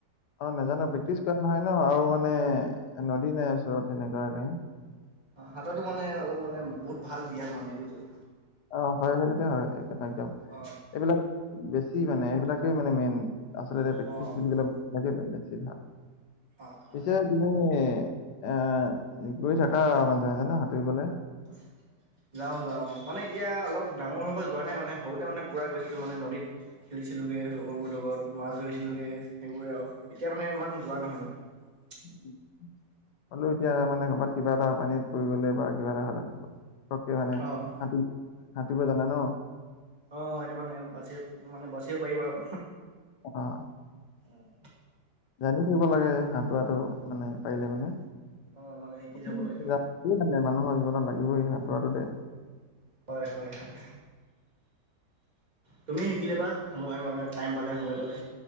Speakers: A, on the left; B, on the right.
A: অ নাজানো প্ৰেক্টিচ কৰা নহয় ন আৰু মানে নদী নাই ওচৰত সেনেকুৱাকে
B: সাতোৰা টো মানে অলপ মানে বহুত ভাল ব্যয়াম মানে এইটো যে
A: অ হয় সেইটোতে হয় একদম একদম
B: অ'। অ
A: এইবিলাক বেছি মানে এইবিলাকেই মানে মেইন আচলতে প্ৰেকটিছ্
B: অ', অ',
A: বুলিবলে <unintelligible> নাই
B: অ',
A: পিছে তুমি
B: হয়, হয়।
A: অ গৈ থাকা আ মাজে মাজে ন সাঁতুৰিবলে
B: <unintelligible> যাওঁ যাওঁ মানে এতিয়া অলপ ডাঙৰ হোৱাৰ পৰা যোৱা নাই মানে সৰুতে মানে পুৰা গৈছিলো মানে নদীত খেলিছিলোগে লগৰবোৰ লগত মাছ ধৰিছিলোগে সেইবোৰে আৰু এতিয়া মানে ইমান যোৱা নহয় মানে
A: <unintelligible> হ'লৌ এতিয়া মানে কবাত কিবা এটা পানীত পৰি গ'লে বা কিবা এটা হলে পতকে মানে
B: অ',
A: সাতু সাতুৰিব জানা ন
B: অ অ সেইটো মানে বাচি মানে বাচিব পাৰিবা আৰু
A: অ'
B: অঁ
A: জানি থব লাগে সাতুৰাটো মানে পাৰিলে মানে
B: অ', মানে শিকি
A: <unintelligible>
B: থ'ব লাগে আৰু
A: মানুহৰ জীৱনত লাগিবই সাঁতোৰাটো দে
B: হয় হয় হয় তুমি শিকিলে লবা সময় মানে টাইম পালে সময় পালে